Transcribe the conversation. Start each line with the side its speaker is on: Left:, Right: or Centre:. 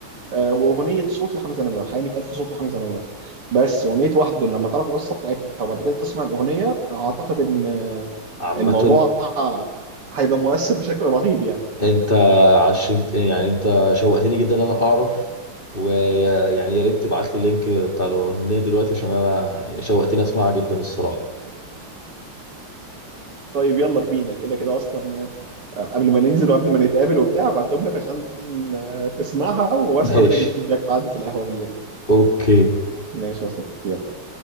Right: آه، واغنيه صوت لحمزه نمره الحقيقه 100000 صوت لحمزه نمره بس اغنيه وحده لما تعرف القصه بتاعتها وبعد كده تسمع الاغنيه اعتقد ان آه،
Left: عامه
Right: الموضوع هيبقى مؤثر بشكل رهيب يعني
Left: انت عشمت يعني انت شوقتني جدا ان انا اعرف ويعني يا ريت تبعت لي اللينك بتاع الاغنيه دلوقتي عشان انا شوقتني اسمعها جدا الصراحه
Right: طيب يلا بينا كده كده اصلا آه، قبل ما ننزل وقبل ما نتقابل وبتاع ابعتهم لك عشان آه، تسمعها واسمع
Left: <laughs> ماشي
Right: منك الفيدباك في قعدة القهوة بالليل
Left: اوكي
Right: ماشي يا صديقي يلا